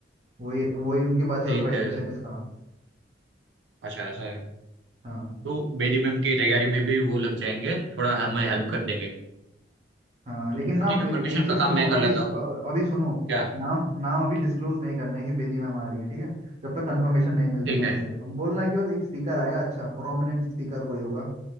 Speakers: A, on the right (about 35°); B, on the right (about 85°).
A: वही वही उनके पास ही
B: ठीक
A: ऑथराइजेशन
B: है
A: है इसका
B: अच्छा ऐसा है
A: हाँ
B: तो बेदी मैम की तैयारी में भी वो लग जाएंगे थोड़ा हमें
A: हाँ
B: हेल्प कर देंगे
A: हाँ
B: तो
A: लेकिन
B: ठीक
A: नाम एक,
B: है परमिशन
A: एक
B: का
A: चीज सुनो
B: काम मैं कर
A: अभी
B: लेता
A: अ-
B: हूँ
A: अभी सुनो
B: क्या
A: नाम नाम अभी डिस्क्लोज नहीं करना है कि बेदी मैम आ रही है ठीक है जब तक कंफर्मेशन नहीं मिलती
B: ठीक
A: है उनसे
B: है
A: हम बोलना कि बस एक स्पीकर आएगा अच्छा प्रोमिनेंट स्पीकर कोई होगा